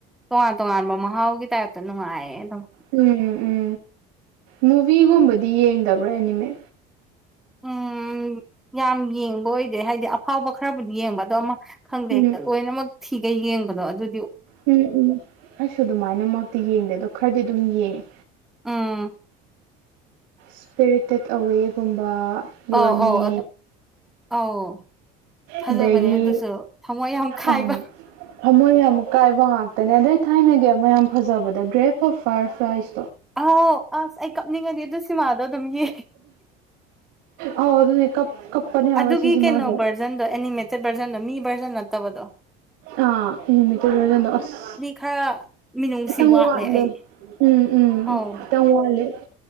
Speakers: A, in the centre; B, on the right.
A: ꯇꯣꯉꯥꯟ ꯇꯣꯉꯥꯟꯕ ꯃꯍꯥꯎꯒꯤ ꯇꯥꯏꯞꯇ ꯅꯨꯡꯉꯥꯏꯌꯦ ꯑꯗꯨꯝ
B: ꯎꯝ ꯎꯝ ꯃꯨꯚꯤꯒꯨꯝꯕꯗꯤ ꯌꯦꯡꯗꯕ꯭ꯔꯥ ꯑꯦꯅꯤꯃꯦ
A: ꯎꯝ ꯌꯥꯝ ꯌꯦꯡꯕ ꯑꯣꯏꯗꯦ ꯍꯥꯏꯗꯤ ꯑꯐꯥꯎꯕ ꯈꯔꯕꯨꯗꯤ ꯌꯦꯡꯕ ꯑꯗꯣ ꯑꯃꯥ ꯈꯪꯗꯦ
B: ꯎꯝ
A: ꯍꯦꯛꯇ ꯂꯣꯏꯅꯃꯛ ꯊꯤꯒꯩ ꯌꯦꯡꯕꯗꯣ ꯑꯗꯨ
B: ꯎꯝ ꯎꯝ ꯑꯩꯁꯨ ꯑꯗꯨꯃꯥꯏꯅꯃꯛꯇꯤ ꯌꯦꯡꯗꯦ ꯑꯗꯣ ꯈꯔꯗꯤ ꯑꯗꯨꯝ ꯌꯦꯡꯉꯦ
A: ꯎꯝ
B: ꯁ꯭ꯄꯤꯔꯤꯇꯦꯠ ꯑꯋꯦꯒꯨꯝꯕ ꯌ꯭ꯔꯣꯅꯦ
A: ꯑꯧ ꯑꯧ ꯑꯗꯨ ꯑꯧ ꯐꯖꯕꯅꯦ
B: ꯑꯗꯒꯤ
A: ꯑꯗꯨꯁꯨ ꯊꯃꯣꯏ ꯌꯥꯝ ꯈꯥꯏꯕ
B: ꯑꯧ ꯊꯃꯣꯏ ꯌꯃꯛ ꯀꯥꯏꯕ ꯉꯥꯛꯇꯅꯦ ꯑꯗꯩ ꯊꯥꯏꯅꯒꯤ ꯑꯃꯥ ꯌꯥꯝ ꯐꯖꯕꯗ ꯒ꯭ꯔꯦꯞ ꯑꯣꯐ ꯐꯥꯏꯌꯔ ꯐ꯭ꯂꯥꯏꯁ
A: ꯑꯥꯎ ꯑꯁ ꯑꯩ ꯀꯞꯅꯤꯡꯉꯗꯤ ꯑꯗꯨ ꯁꯤꯃꯥꯗꯣ ꯑꯗꯨꯝ ꯌꯦꯡ
B: ꯑꯧ ꯑꯗꯨꯅꯦ ꯀꯞ ꯀꯞꯄꯅꯦ ꯍꯥꯏꯕ
A: ꯑꯗꯨꯒꯤ
B: ꯁꯤꯁꯦ
A: ꯀꯩꯅꯣ
B: ꯃꯥꯁꯦ
A: ꯚꯔꯖꯟꯗꯣ ꯑꯦꯅꯤꯃꯦꯇꯦꯠ ꯚꯔꯖꯟꯗꯣ ꯃꯤ ꯚꯔꯖꯟ ꯇꯕꯗꯣ
B: ꯑꯥ ꯑꯦꯅꯤꯃꯦꯇꯦꯠ ꯚꯔꯖꯟꯗꯣ ꯑꯁ
A: ꯈꯔ ꯃꯤꯅꯨꯡꯁꯤ
B: ꯈꯤꯇꯪ ꯋꯥꯠꯂꯦ
A: ꯑꯩ
B: ꯎꯝ ꯎꯝ
A: ꯑꯧ
B: ꯈꯤꯇꯪ ꯋꯥꯠꯂꯦ